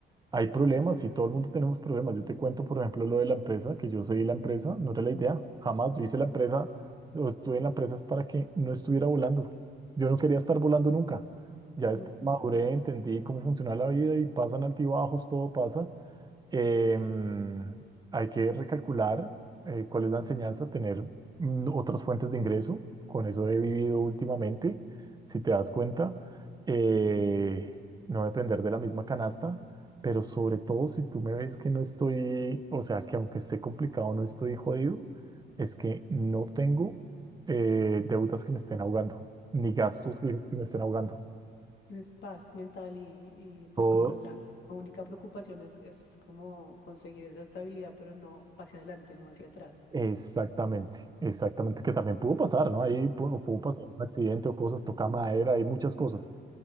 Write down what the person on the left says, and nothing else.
Ujú.
Tienes paz mental y, y, pues
como la única preocupación es, es como conseguir esa estabilidad, pero no hacia adelante, no hacia atrás.